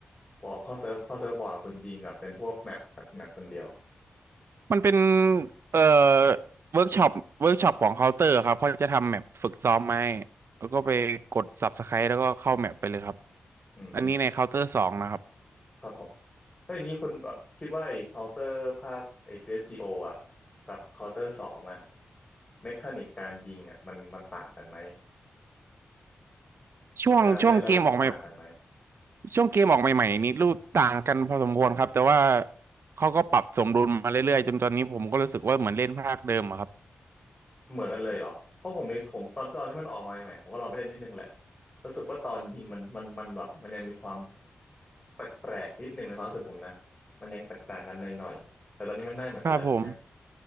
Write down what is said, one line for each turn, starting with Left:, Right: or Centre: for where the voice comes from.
Left: พอเข้าเซิร์ฟเข้าเซิร์ฟบอทคุณยิงกับเป็นพวกแมปแมปแมปคนเดียว
Right: มันเป็นเอ่อเวิร์กช็อปเวิร์กช็อปของเคาน์เตอร์ครับเขาจะทำแมปฝึกซ้อมมาให้แล้วก็ไปกด Subscribe แล้วก็เข้าแมปไปเลยครับ
Left: อืม
Right: อันนี้ในเคาน์เตอร์สองนะครับ
Left: ครับผมแล้วอย่างนี้คุณคิดว่าไอ้เคาน์เตอร์ภาคไอ้ CSGO อสจีโออ่ะกับเคาน์เตอร์สองอ่ะเมคานิกการยิงอ่ะมันมันต่างกันไหม แบบเวลาเล่นแล้วรู้สึกต่างกันไหม
Right: ช่วงช่วงเกมออกใหม่ช่วงเกมออกใหม่ๆนี่รูปต่างกันพอสมควรครับแต่ว่าเขาก็ปรับสมดุลมาเรื่อยๆจนตอนนี้ผมก็รู้สึกว่าเหมือนเล่นภาคเดิมอะครับ
Left: เหมือนกันเลยเหรอเพราะผมมีผมตอนตอนที่มันออกมาใหม่ๆผมก็ลองไปเล่นนิดนึงแหละรู้สึกว่าตอนยิงมันมันมันแบบมันยังมีความแปลกๆนิดนึงในความรู้สึกผมนะมันยังแตกต่างกันหน่อยๆแต่ตอนนี้มันได้เหมือนกันแล้วใช่ไหม
Right: ครับผม